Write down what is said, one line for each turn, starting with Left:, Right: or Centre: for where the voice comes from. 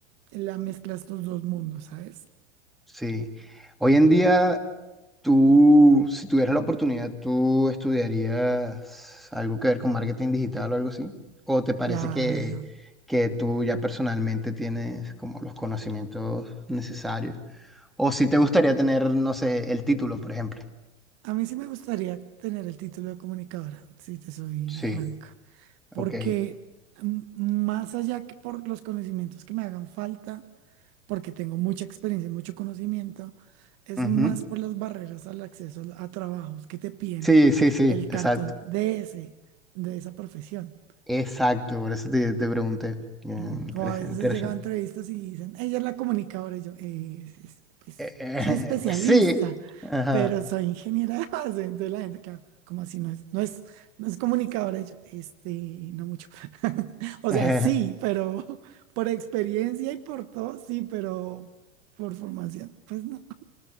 Right: la mezcla de estos dos mundos, ¿sabes?
Centre: Sí. Hoy en día... Tú, si tuvieras la oportunidad, ¿tú estudiarías algo que ver con marketing digital o algo así? ¿O te parece
Right: Claro.
Centre: que, que tú ya personalmente tienes como los conocimientos necesarios? ¿O si te gustaría tener, no sé, el título, por ejemplo?
Right: A mí sí me gustaría tener el título de comunicadora, si te soy
Centre: Sí,
Right: franca.
Centre: ok.
Right: porque m- más allá que por los conocimientos que me hagan falta, porque tengo mucha experiencia y mucho conocimiento, es
Centre: Ujú.
Right: más por las barreras al acceso a a trabajos que te piden
Centre: Sí, sí, sí,
Right: el
Centre: exacto.
Right: cartón de ese, de esa profesión.
Centre: Exacto, por eso te, te pregunté. Eh, Me
Right: Mm,
Centre: parece
Right: O a veces
Centre: interesante.
Right: he llegado a entrevistas y dicen, ella es la comunicadora, y yo, "Eh, es- es- pues,
Centre: Eh, eh,
Right: soy especialista,
Centre: <laughs> pues sí. Ajá.
Right: pero soy ingeniera de base, entonces la gente acá, como así, no es, no es, no es comunicadora, y yo, este, no mucho. <laughs> O
Centre: <laughs>
Right: sea, sí, pero por experiencia y por todo, sí, pero por formación, pues no.